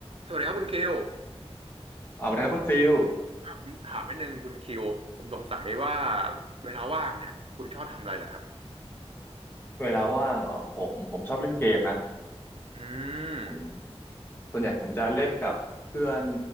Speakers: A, on the right; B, on the left.
A: สวัสดีครับคุณคิว
B: อ่าสวัสดีครับคุณฟิล
A: อ่ะผมถามนิดนึงคุณคิวผมสงสัยว่าเวลาว่างเนี่ยคุณชอบทำอะไรเหรอครับ
B: เวลาว่างเหรอผมผมชอบเล่นเกมนะ
A: อืม
B: ผมส่วนใหญ่ผมจะเล่นกับเพื่อน